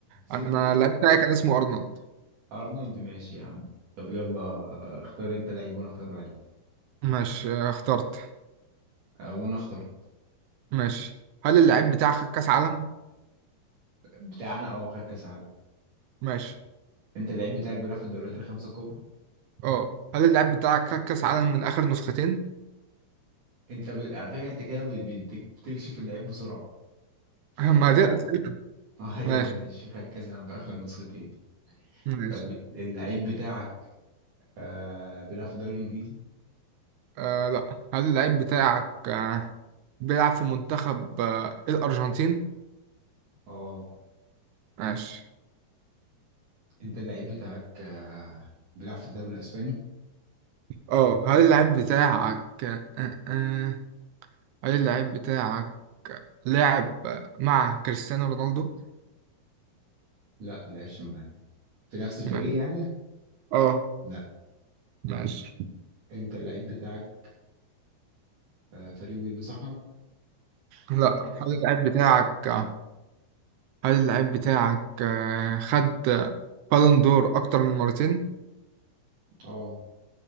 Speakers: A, on the right; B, on the right.
A: سيتي
B: انا
A: برضه
B: اللاعب بتاعي كان اسمه ارنولد
A: ارنولد ماشي يا عم طب يلا اختار انت لعيب وانا اختار لعيب
B: ماشي آه، اخترت
A: آه، وانا اخترت
B: ماشي هل اللاعب بتاعك خد كاس عالم
A: بتاعنا اه خد كاس عالم
B: ماشي
A: انت اللعيب بتاعك بيلعب في الدوريات الخمسه الكبرى
B: اه هل اللاعب بتاعك خد كاس عالم من اخر نسختين
A: انت ب... على فكره انت كده ب- بت- بتكشف اللعيب بسرعه
B: <laughs>
A: فاه اه
B: ما دي الاسئله
A: <laughs> آه، ايوه
B: ماشي
A: ماشي خد كاس عالم في اخر نسختين
B: ماشي
A: طب اللعيب بتاعك آه بيلعب في الدوري الانجليزي
B: آه لا هل اللاعب بتاعك آه بيلعب في منتخب آه الارجنتين
A: اه
B: ماشي
A: انت اللعيب بتاعك آه، بيلعب في الدوري الاسباني
B: اه هل اللاعب بتاعك آه آه آه، هل اللاعب بتاعك لاعب مع كريستيانو رونالدو
A: لا ما لعبش معانا في نفس الفريق
B: ماشي.
A: يعني
B: اه
A: لا
B: ماشي
A: انت اللعيب بتاعك آه، فريق بيلبس احمر
B: لا
A: احمر في ازرق
B: هل اللاعب بتاعك آه، هل اللعيب بتاعك آه، خد بالون دور أكتر من مرتين؟
A: اه